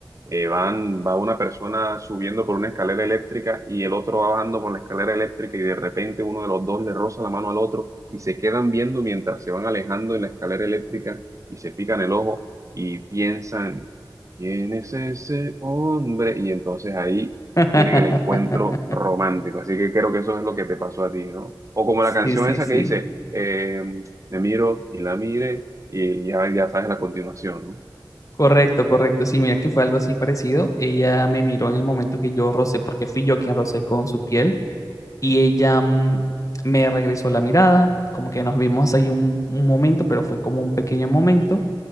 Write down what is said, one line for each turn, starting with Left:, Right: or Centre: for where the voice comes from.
Right: eh, van, va una persona subiendo por una escalera eléctrica y el otro va bajando por la escalera eléctrica y de repente uno de los dos le roza la mano al otro y se quedan viendo mientras se van alejando en la escalera eléctrica y se pican el ojo y piensan, ¿quién es ese hombre? Y entonces ahí
Left: <laughs>
Right: tienen el encuentro romántico. Así que creo que eso es lo que te pasó a ti, ¿no? O como
Left: Sí,
Right: la canción
Left: sí,
Right: esa
Left: sí.
Right: que dice, eh, me miro y la mire y ya, ya sabes la continuación, ¿no?
Left: Correcto, correcto. Sí, mira que fue algo así parecido. Ella me miró en el momento que yo rocé, porque fui yo quien rocé con su piel, y ella mm, me regresó la mirada, como que nos vimos ahí un, un momento, pero fue como un pequeño momento,